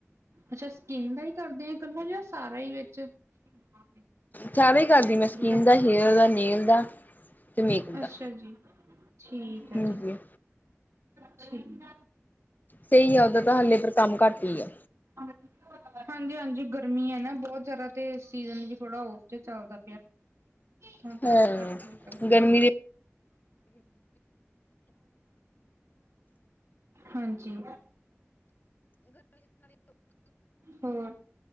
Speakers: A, on the right; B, on the left.
A: ਅੱਛਾ ਸਕਿੰਨ ਦਾ ਹੀ ਕਰਦੇ ਹ, ਇਕੱਲਾ ਜਾਂ ਸਾਰਾ ਹੀ ਵਿੱਚ। ਹਾਂ
B: ਸਾਰਾ ਹੀ ਕਰਦੀ ਮੈਂ ਸਕਿੰਨ
A: ਜਿੱਦਾਂ
B: ਦਾ, ਹੇਅਰ ਦਾ, ਨੇਲ ਦਾ ਤੇ ਮੇਕਅਪ ਦਾ
A: ਅੱਛਾ ਜੀ ਠੀਕ ਹੈ
B: ਹਾਂਜੀ।
A: ਜੀ ਠੀਕ
B: ਸਹੀ ਆ ਉਹਦਾ ਤਾਂ ਹਾਲੇ ਪਰ ਕੰਮ ਘੱਟ ਹੀ ਆ
A: <inaudible> ਹਾਂਜੀ-ਹਾਂਜੀ ਗਰਮੀ ਹੈ ਨਾ ਬਹੁਤ ਜਿਆਦਾ ਤੇ ਸੀਜਨ ਵੀ ਥੋੜਾ ਔਫ ਚ ਚੱਲਦਾ ਤਾਂ ਕਰਕੇ
B: ਹਾਂ
A: ਘੱਟ ਨ ਕਰਦਾ
B: ਗਰਮੀ
A: <inaudible>
B: ਦੇ
A: ਹਾਂਜੀ ਹੋਰ